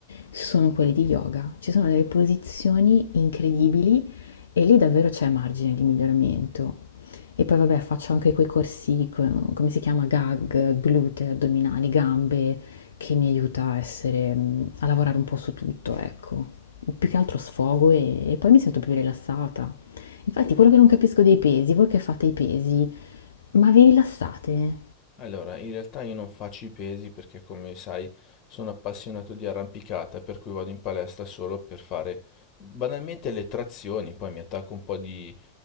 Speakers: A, on the left; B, on the left.
A: sono quelli di yoga. Ci sono delle posizioni incredibili e lì davvero c'è margine di miglioramento. E poi vabbè faccio anche quei corsi, co- come si chiama, gag, glute, addominali, gambe, che mi aiuta a essere, mm, a lavorare un po' su tutto, ecco. Più che altro sfogo e, e poi mi sento più rilassata. Infatti, quello che non capisco dei pesi, voi che fate i pesi, ma vi rilassate?
B: Allora, in realtà io non faccio i pesi perché, come sai, sono appassionato di arrampicata, per cui vado in palestra solo per fare banalmente le trazioni, poi mi attacco un po' di